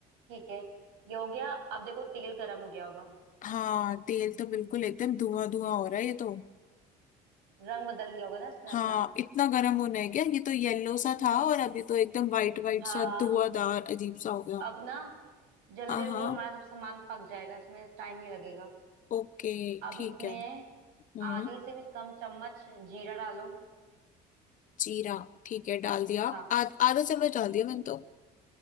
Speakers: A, on the right; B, on the left.
A: ठीक है ये हो गया अब देखो तेल गर्म हो गया होगा
B: हाँ तेल तो बिल्कुल एकदम धुआं धुआं हो रहा है ये तो
A: रंग बदल लिया होगा ना इसने
B: हाँ
A: अपना
B: इतना गर्म होना है क्या ये तो येलो सा था और अभी तो एकदम वाइट वाइट
A: हाँ
B: सा धुआंधार
A: हाँ
B: अजीब सा हो गया
A: अब ना जल्दी
B: हाँ
A: जल्दी
B: हाँ
A: हमारा सब सामान पक जाएगा इसमें टाइम नहीं लगेगा
B: ओके
A: अब
B: ठीक
A: इसमें
B: है हम्म
A: आधी से भी कम चम्मच जीरा डालो
B: जीरा ठीक है डाल दिया
A: हाँ
B: आध आधा चम्मच डाल दिया मैंने तो